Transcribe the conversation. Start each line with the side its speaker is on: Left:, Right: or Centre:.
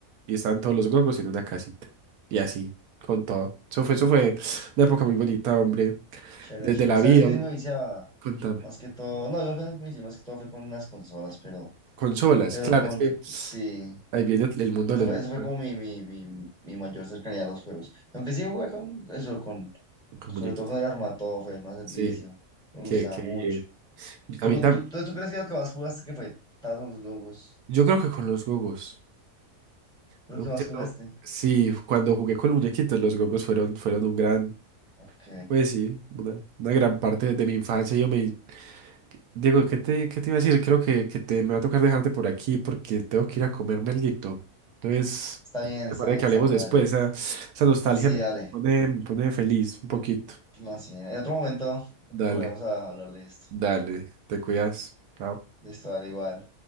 Right: y estaban todos los gongos en una casita. Y así, con todo. Eso fue, eso fue una época muy bonita, hombre.
Centre: Chévere,
Right: Desde
Centre: chévere.
Right: la
Centre: ¿Sabes
Right: vida,
Centre: qué? Sí me viciaba.
Right: contame.
Centre: Más que todo. No, yo apenas me vicié, más que todo fue con unas consolas, pero.
Right: Consolas,
Centre: Pero
Right: claro,
Centre: con.
Right: es que
Centre: Sí.
Right: ahí viene el mundo
Centre: Eso
Right: de los
Centre: fue,
Right: videojuegos.
Centre: eso fue como mi, mi, mi, mi mayor cercanía a los juegos. Aunque sí jugué con eso, con.
Right: Con
Centre: Sobre
Right: muñequitos.
Centre: todo con el Armatov, fue más el
Right: Sí,
Centre: vicio. Me
Right: qué,
Centre: gustaba
Right: qué
Centre: mucho.
Right: bien.
Centre: ¿Tú,
Right: A mí tam-
Centre: tú, tú, tú crees que lo que más jugaste que fue Tazos Lobos?
Right: yo creo que con los gogos.
Centre: Creo
Right: un
Centre: que más
Right: cierto-
Centre: jugaste.
Right: Sí, cuando jugué con muñequitos, los gogos fueron, fueron un gran,
Centre: Ok.
Right: pues sí, una, una gran parte de mi infancia. Yo me, Diego, ¿qué te, qué te iba a decir? Creo que, que te, me va a tocar dejarte por aquí porque tengo que ir a comerme alguito. Entonces,
Centre: Está
Right: te
Centre: bien, está
Right: parece
Centre: bien,
Right: que hablemos
Centre: Samu,
Right: después.
Centre: dale.
Right: Esa, esa nostalgia
Centre: Sí,
Right: me
Centre: dale.
Right: pone, me pone feliz un poquito.
Centre: No, sí. En otro momento
Right: Dale,
Centre: volveremos a hablar de esto.
Right: dale, te cuidas. Chao.
Centre: De esto, dale igual.